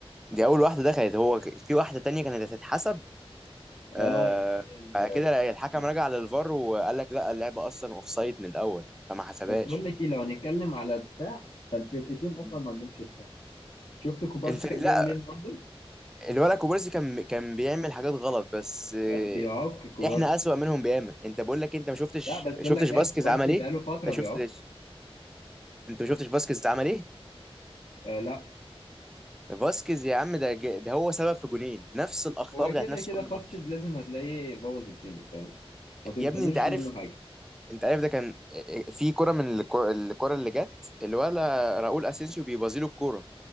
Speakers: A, in the centre; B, on the left.
A: دي اول واحده دخلت هو ك- في واحده تانية كانت هتتحسب
B: اه
A: آه
B: اللي
A: بعد
B: هي
A: كده الحكم
B: ال-
A: رجع للفار وقال لك لا اللعبه اصلا اوف سايد من الاول فما حسبهاش
B: بس بقول لك ايه لو هنتكلم على دفاع فالفرقتين اصلا
A: مم.
B: ما عندهمش دفاع شفت كوبارسي
A: الفريق
B: كان
A: لا
B: بيعمل ايه النهارده؟
A: الولد كوبارسي كان كان بيعمل حاجات غلط بس آه،
B: كان بيعك كوبارسي
A: احنا اسوأ منهم بياما انت بقول لك انت ما شفتش
B: لا بس اقول
A: شفتش
B: لك حاجه
A: باسكيز
B: كوبارسي
A: عمل ايه
B: بقاله فتره
A: آه، شفتش
B: بيعك
A: انت ما شفتش باسكيز عمل ايه
B: آه لا
A: باسكيز يا عم ده ج- ده هو سبب في جونين نفس الاخطاء
B: هو
A: بتاعت
B: كده
A: نفس
B: كده
A: كل
B: فاسكيز
A: ماتش
B: لازم هتلاقيه بوظ الدنيا فاهم؟ ما تنتظرش
A: يا ابني انت عارف
B: منه حاجه
A: انت عارف ده كان في كرة من الكو- الكرة اللي جت الولا راؤول اسينسيو بيبازيله الكرة